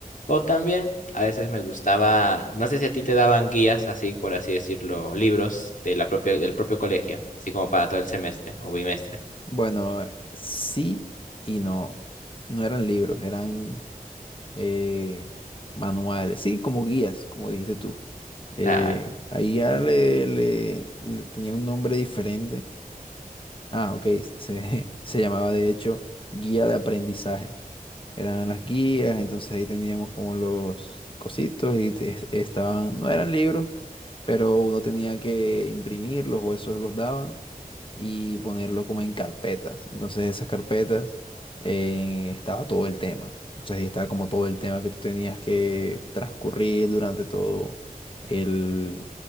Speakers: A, on the left; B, on the left.
A: o también a veces me gustaba, no sé si a ti te daban guías, así por así decirlo, libros de la propia, del propio colegio, así como para todo el semestre o bimestre.
B: Bueno, sí y no. No eran libros, eran eh, manuales. Sí, como guías, como dijiste tú. Eh,
A: Claro.
B: ahí ya le, le- le tenía un nombre diferente Ah, ok. Se, <laughs> se llamaba de hecho guía de aprendizaje. Eran las guías, entonces ahí teníamos como los cositos y te- estaban, no eran libros, pero uno tenía que imprimirlos o esos los daban y ponerlo como en carpetas. Entonces esas carpetas eh, estaba todo el tema. O sea, ahí estaba como todo el tema que tú tenías que transcurrir durante todo el,